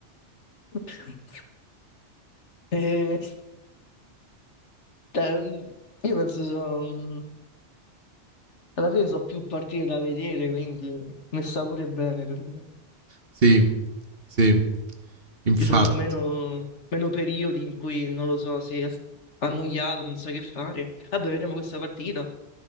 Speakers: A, on the left (about 70°); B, on the right (about 50°).
A: <laughs> E, cioè, io penso, so- alla fine so più partite da vedere, quindi messa pure bene per me.
B: Sì, sì, infatti.
A: Ci sono meno, meno periodi in cui, non lo so, sei as- annoiato, non sai che fare. Vabbè, vediamo questa partita,